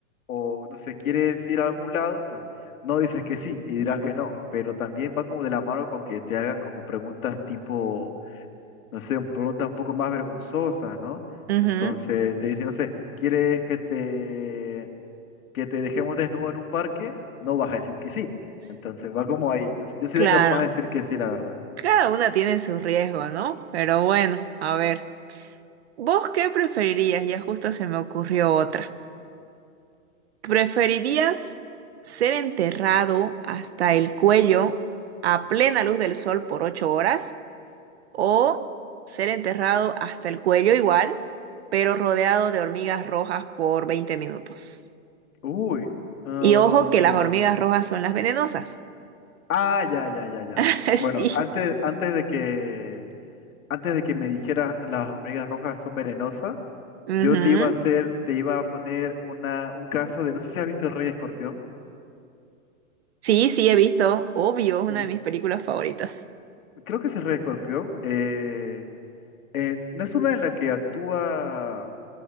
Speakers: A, on the left; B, on the right.
A: o, no sé, quieres ir a algún lado? Pues no dices que sí y dirás que no, pero también va como de la mano con que te hagan como preguntas tipo, no sé, preguntas un poco más vergonzosas, ¿no?
B: Ujú,
A: Entonces te dicen, no sé, ¿quieres que te que te dejemos desnudo en un parque, no vas a decir que sí. Entonces va como ahí. Entonces, yo sería
B: claro.
A: capaz de decir que sí, la verdad.
B: Cada una tiene su riesgo, ¿no? Pero bueno, a ver. ¿Vos qué preferirías? Ya justo se me ocurrió otra. ¿Preferirías ser enterrado hasta el cuello a plena luz del sol por ocho horas o ser enterrado hasta el cuello igual, pero rodeado de hormigas rojas por 20 minutos?
A: Uy. ah,
B: Y ojo que las hormigas rojas son las venenosas.
A: ah, ya, ya, ya, ya.
B: <laughs> Sí.
A: Bueno, antes, antes de que, antes de que me dijeras las hormigas rojas son venenosas,
B: Ujú.
A: yo te iba a hacer, te iba a poner una, un caso de, no sé si has visto El Rey Escorpión.
B: Sí, sí, he visto. Obvio, es una
A: Y-
B: de mis películas favoritas.
A: Creo que es El Rey Escorpión. eh, eh, no es una en la que actúa